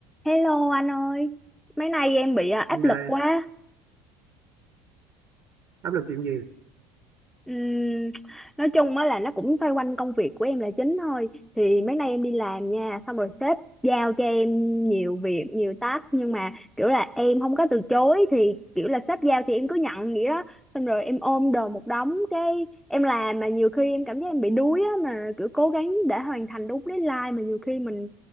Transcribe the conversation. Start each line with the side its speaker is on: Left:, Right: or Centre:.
Centre: Hello anh ơi, mấy nay em bị à, áp
Right: Nên
Centre: lực
Right: là
Centre: quá.
Right: áp lực chuyện gì
Centre: Ừm, nói chung á là nó cũng xoay quanh công việc của em là chính thôi. Thì mấy nay em đi làm nha, xong rồi sếp giao cho em nhiều việc, nhiều task nhưng mà kiểu là em không có từ chối thì kiểu là sếp giao thì em cứ nhận vậy đó. Xong rồi em ôm đồm một đống cái em làm mà nhiều khi em cảm giác em bị đuối á mà kiểu cố gắng để hoàn thành đúng deadline mà nhiều khi mình